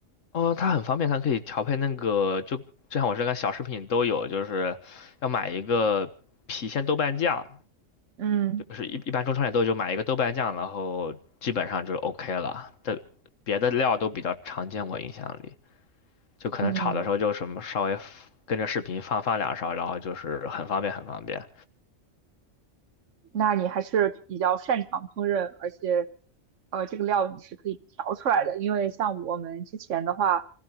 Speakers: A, on the left; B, on the right.
A: 哦，它很方便，它可以调配那个，就就像我这个小食品都有，就是要买一个郫县豆瓣酱，
B: 嗯。
A: 就是一一般中超也都有，就买一个豆瓣酱，然后基本上就是 OK 了。的别的料都比较常见，我印象里。就可能炒的时候就什么稍微跟着视频放放两勺，
B: 嗯，
A: 然后就是很方便很方便。
B: 那你还是比较擅长烹饪，而且，呃，这个料你是可以调出来的。因为像我们之前的话，